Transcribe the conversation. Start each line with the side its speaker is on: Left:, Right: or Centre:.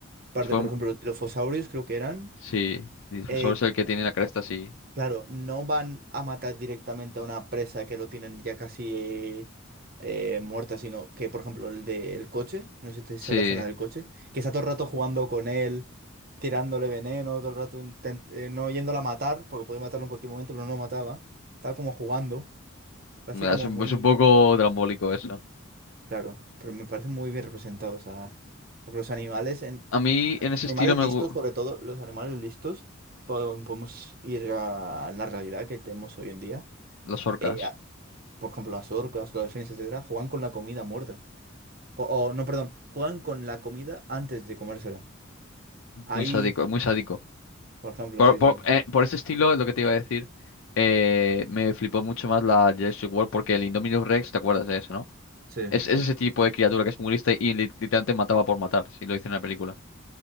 Right: aparte,
Left: Fue,
Right: por
Left: mu-
Right: ejemplo, los quilofosaurios creo que eran...
Left: sí, Dinosaurio
Right: Eh,
Left: es el que tiene la cresta, sí.
Right: Claro, no van a matar directamente a una presa que lo tienen ya casi eh, muerta, sino que, por ejemplo, el del coche, no sé si te hizo
Left: Sí,
Right: la escena del coche, que está todo el rato jugando con él, tirándole veneno, todo el rato intent- eh, no yéndola a matar, porque podía matarlo en cualquier momento, pero no lo mataba. Estaba como jugando, parece como
Left: es un,
Right: muy,
Left: es un poco drambólico eso.
Right: claro, pero me parece muy bien representado, o sea, porque los animales, en...
Left: A mí en
Right: los
Left: ese
Right: animales
Left: estilo me
Right: listos,
Left: gustan
Right: sobre todo, los animales listos, pod- podemos ir a la realidad que tenemos hoy en día
Left: las orcas,
Right: eh, por ejemplo, las orcas, los delfines, etcétera, juegan con la comida muerta. O, o, no, perdón, juegan con la comida antes de comérsela. Ahí,
Left: muy sádico, muy sádico.
Right: por ejemplo,
Left: Por,
Right: sí,
Left: por,
Right: sí, sí.
Left: eh, por ese estilo, es lo que te iba a decir, eh, me flipó mucho más la Jurassic World porque el Indominus Rex, ¿te acuerdas de eso, no?
Right: Sí,
Left: Es, es ese tipo de criatura que es muy lista y li- literalmente mataba por matar, si lo hice en la película,